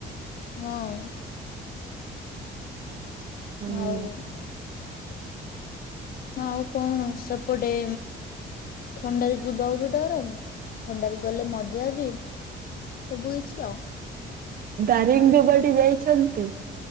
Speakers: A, on the left; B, on the right.
A: ହଁ
B: ହୁଁ
A: ଆଉ ଆଉ କଣ ସେପଟେ? ଥଣ୍ଡାରେ ଯିବାକୁ ବି ଡ଼ର ଥଣ୍ଡାରେ ଗଲେ ମଜା ବି। ସବୁକିଛି ଆଉ
B: ଦାରିଙ୍ଗଦବାଡି ଯାଇଛନ୍ତି?